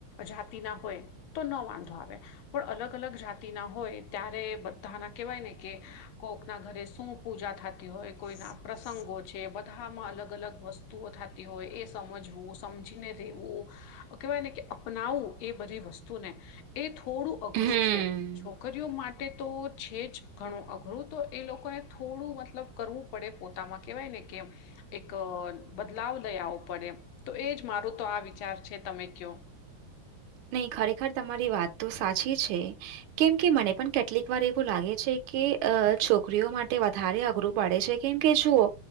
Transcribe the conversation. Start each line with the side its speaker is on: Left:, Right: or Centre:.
Left: જાતિ ના હોય. તો ન વાંધો આવે. પણ અલગ અલગ જાતિના હોય ત્યારે બધાના કહેવાય ને કે કોકના ઘરે શું. પૂજા થતી હોય કોઈના પ્રસંગો છે બધામાં અલગ અલગ. વસ્તુઓ થતી હોય એ સમજવું સમજીને રહેવું. કહેવાય ને કે અપનાવું એ બધી વસ્તુને એ થોડું અઘરું
Right: હમ
Left: છે. છોકરીઓ માટે તો છે જ ઘણું અઘરું તો એ લોકોને થોડું મતલબ. કરવું પડે પોતામાં કહેવાય ને કે એક. બદલાવ દઈ આવવો પડે તો એજ મારું તો આ વિચાર છે તમે કયો.
Right: નહી ખરેખર તમારી વાત તો સાચી છે કેમ કે મને પણ કે. કેટલીક વાર એવું લાગે છે કે છો. છોકરીઓ માટે વધારે અઘરું પડે છે કેમકે જુઓ